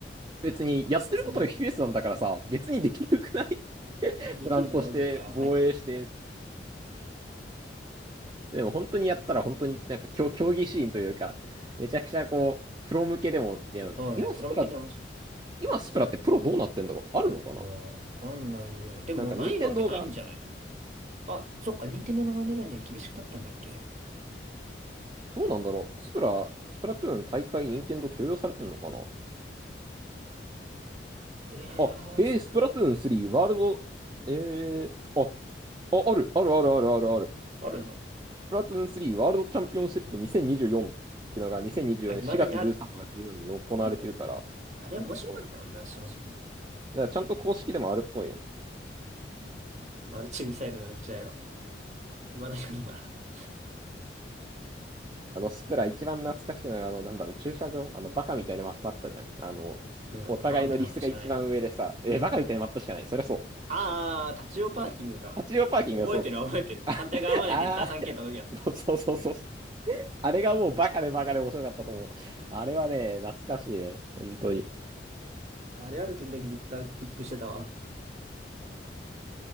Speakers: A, on the right; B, on the right.
A: 別にやってることが
B: クソ戦略
A: FPS なんだからさ、別にできるくない
B: できるだろうけど、
A: プランとして、
B: やばい。
A: 防衛して。でも本当にやったら本当になんか競、競技シーンというか、めちゃくちゃこう、プロ向けでも、いや、
B: そうね、
A: 今スプラ、
B: プロ向けで面白い。
A: 今スプラってプロどうなってんだろうあるのかな
B: あーわかんないや。でも、
A: なんか任天堂が、
B: ないわけないんじゃないのあ、そっか、任天堂のガイドラインで厳しくなったんだっけ
A: どうなんだろうスプラ、スプラトゥーン大会任天堂許容されてんのかな
B: えー、
A: あ、へえ、
B: そっか。
A: スプラトゥーン3ワールド、えー、あ、あ、ある、あるあるあるあるある。
B: あるんだ。
A: スプラトゥーン3ワールドチャンピオンシップ2024ってのが2024年4月13とか14に行われてるから、
B: あ、未だにあるね。そうだよね。あれ面白かったもんな、
A: そう
B: 正直。
A: だからちゃんと公式でもあるっぽいね。
B: マルチミサイルの撃ち合いは。今確かに今な。<laughs>
A: あの、スプラ一番懐かしいのが、あの、なんだろう、駐車場あの、バカみたいなマップあったじゃん。あの、
B: どれだろうバカみたいなアップしかないな。
A: お互いのリスが一番上でさ、え、バカみたいなマップしかない。そりゃそう。
B: あー、立ち用パーキングか。
A: 立ち用パーキングがそうそうそう。
B: 覚えてる覚えてる。反対側までディッター
A: あ、あ
B: 3K 届くやつ。
A: ー、そうそうそうそう。あれがもうバカでバカで面白かったと思う。あれはね、懐かしいね。本当に。
B: あれある時だけディッターピックしてたわ。